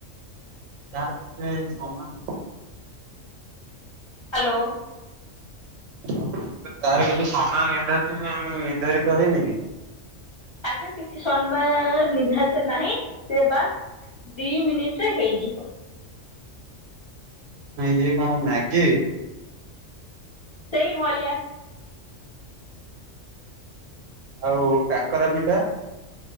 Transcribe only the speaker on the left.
ହ୍ୟାଲୋ।
ତା ଧେରେ କିଛି ସମୟ ନିଧାରିତ ନାହିଁ, ସିଏ ବା ଦି ମିନିଟ୍ ରେ ହେଇଯିବ।
ସେଇ ଭଳିଆ।